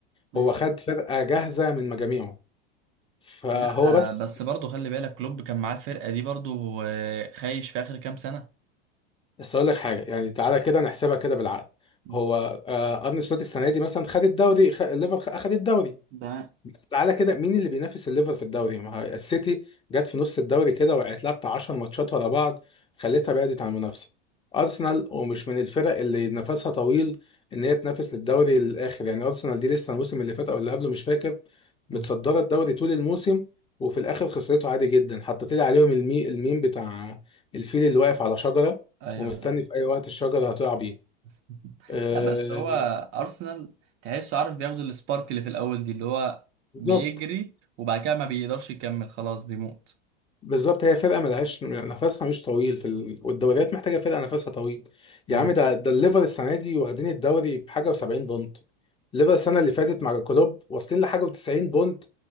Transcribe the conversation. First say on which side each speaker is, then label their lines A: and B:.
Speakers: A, on the right; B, on the left.
A: ماشي
B: هو خد فرقه جاهزه من مجاميعه فهو
A: لا
B: بس
A: آه، بس برضه خلي بالك كلوب كان معاه الفرقة دي برضه آه، خايش في آخر كام سنة
B: بس اقول لك حاجه يعني تعالى كده نحسبها كده بالعقل
A: مم.
B: هو آه، ارني سلوت السنه دي مثلا خد الدوري خ... الليفر خ- اخد الدوري
A: ده
B: بس تعالى كده مين اللي بينافس الليفر في الدوري ما هي السيتي جت في نص الدوري كده وقعت لها بتاع 10 ماتشات ورا بعض خلتها بعدت عن المنافسه ارسنال ومش من الفرق اللي نفسها طويل ان هي تنافس للدوري للاخر يعني ارسنال دي لسه الموسم اللي فات او اللي قبله مش فاكر متصدره
A: مم.
B: الدوري طول الموسم وفي الاخر خسرته عادي جدا حطيت لي عليهم المي الميم بتاع الفيل اللي واقف على شجره
A: ايوه
B: ومستني
A: أيوة.
B: في اي وقت الشجره هتقع بيه
A: <laughs>
B: أه
A: لا بس هو ارسنال تحسه عارف بياخد السبارك اللي في الاول دي اللي هو
B: بالظبط
A: بيجري وبعد كده ما بيقدرش يكمل خلاص بيموت
B: بالظبط هي فرقه ملهاش نفسها مش طويل في ال... والدوريات محتاجه فرقه نفسها طويل يا
A: مم.
B: عم ده ده الليفر السنه دي واخدين الدوري بحاجه و70 بونت الليفر السنه اللي فاتت مع كلوب واصلين لحاجه و90 بونت